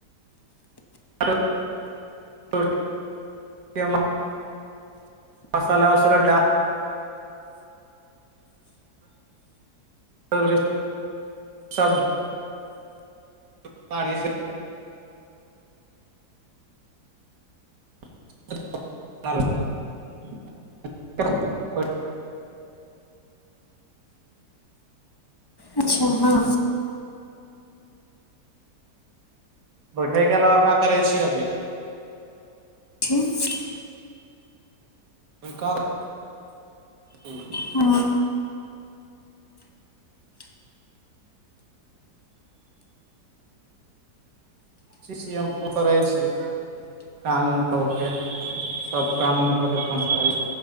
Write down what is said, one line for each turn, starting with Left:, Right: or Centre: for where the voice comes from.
Right: <unintelligible> मसाला उसाला डाल <unintelligible> सब <inaudible> <unintelligible>
Left: अच्छा हँ
Right: बैठे के अलावा का करै छी अभी
Left: ठीक छै
Right: <unintelligible> हूंम्म <inaudible>
Left: हँ
Right: शीशी हम प <unintelligible> करय छी काम उम कऽ के सब काम उम कऽ के फोन करै छी